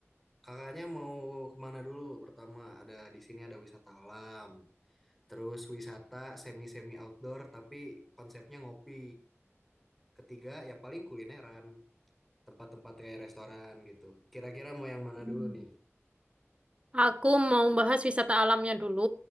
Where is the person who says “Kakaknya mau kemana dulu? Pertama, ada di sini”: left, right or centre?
Centre